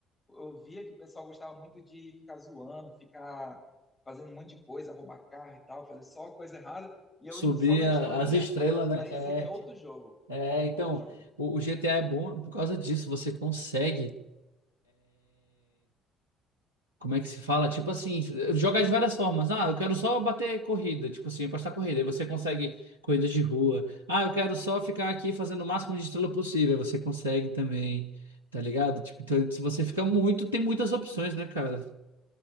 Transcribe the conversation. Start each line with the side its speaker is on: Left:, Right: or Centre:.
Left: eu via que o pessoal gostava muito de ficar zoando, ficar fazendo um monte de coisa, roubar carro e tal, fazer só coisa errada, e eu
Right: Subir
Left: indo só na
Right: a-
Left: historinha,
Right: as estrelas, né?
Left: parecia
Right: É,
Left: que é outro jogo,
Right: é, então,
Left: outro jogo.
Right: o, o GTA é bom por causa disso. Você consegue, como é que se fala? Tipo assim, jogar de várias formas. Ah, eu quero só bater corrida, tipo assim, apostar corrida. Aí você consegue corridas de rua. Ah, eu quero só ficar aqui fazendo o máximo de estrela possível. Aí Você consegue também, tá ligado? Tipo, então, se você fica muito, tem muitas opções, né, cara?